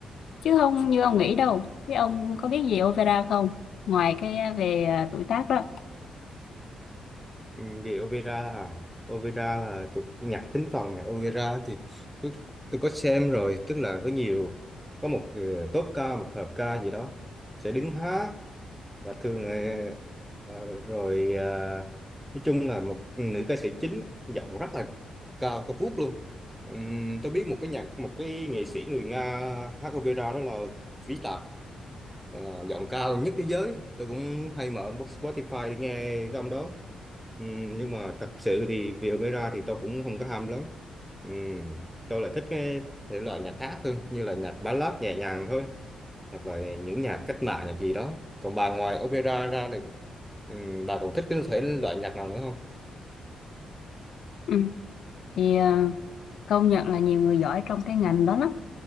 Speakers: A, on the left; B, in the centre.
A: chứ không như ông nghĩ đâu thế ông có biết gì opera không ngoài cái à, về à, tuổi tác đó
B: Ừ, Vì opera à? opera là tục nhạc thính phòng nhạc opera thì có, tôi có xem rồi tức là có nhiều có một ờ, tốp ca một hợp ca gì đó sẽ đứng hát và thường ờ, ờ, rồi ờ, nói chung là một nữ ca sĩ chính giọng rất là cao cao vút luôn Ừm, tôi biết một cái nhạc một cái nghệ sĩ người Nga hát opera đó là Vĩ Tạc ờ, giọng cao nhất thế giới tôi cũng hay mở Spotify để nghe cái ông đó Ừm, nhưng mà thật sự thì về opera thì tôi cũng không có ham lắm Ừm, tôi lại thích cái thể loại nhạc khác hơn như là nhạc ballad nhẹ nhàng thôi hoặc là những nhạc cách mạng nhạc gì đó còn bà ngoài opera ra thì ừm, bà còn thích cái thể loại nhạc nào nữa không
A: ừ. thì à, công nhận là nhiều người giỏi trong cái ngành đó lắm